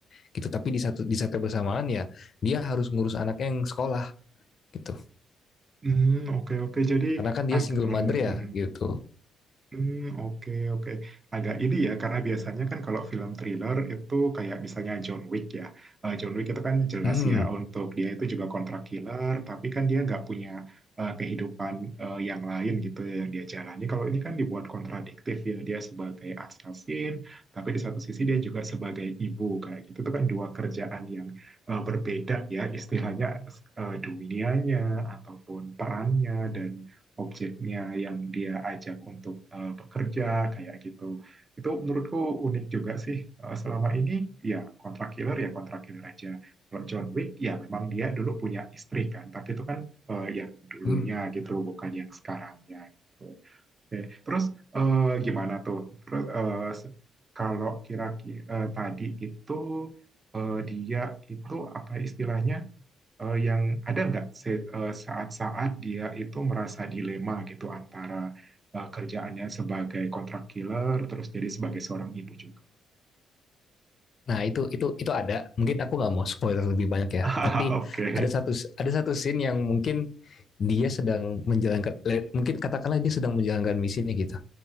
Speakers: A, on the left; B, on the right.
A: gitu. Tapi di satu di saat yang bersamaan ya dia harus ngurus anaknya yang sekolah gitu.
B: Hmm, oke oke. Jadi
A: Karena kan dia
B: ag-
A: single
B: mhm.
A: mother ya gitu.
B: Hmm, oke, oke. Agak ini ya, karena biasanya kan kalau film thriller itu kayak misalnya John Wick ya. Eh, John Wick itu kan jelas
A: Hmm.
B: ya untuk dia itu juga kontrak killer, tapi kan dia nggak punya eh, kehidupan eh, yang lain gitu ya yang dia jalani. Kalau ini kan dibuat kontradiktif ya, dia sebagai assassin, tapi di satu sisi dia juga sebagai ibu kayak gitu. Itu kan dua kerjaan yang eh, berbeda ya, istilahnya eh, dunianya ataupun perannya dan objeknya yang dia ajak untuk eh, bekerja kayak gitu. Itu menurutku unik juga sih. Eh, selama ini ya kontrak killer ya kontrak killer aja. Kalau John Wick ya memang dia dulu punya istri kan, tapi itu kan eh, yang dulunya
A: hmm.
B: gitu bukan yang sekarangnya gitu. Oke, terus eh, gimana tuh? Terus eh, se- kalau kira-kira eh, tadi itu eh, dia itu apa istilahnya eh, yang ada nggak se- eh, saat-saat dia itu merasa dilema gitu antara eh, kerjaannya sebagai kontrak killer terus jadi sebagai seorang ibu juga.
A: Nah, itu itu itu ada. Mungkin aku nggak mau spoiler lebih banyak ya.
B: <laughs>
A: Tapi
B: Oke.
A: ada satu ada satu scene yang mungkin dia sedang menjalankan mungkin katakanlah dia sedang menjalankan misinya gitu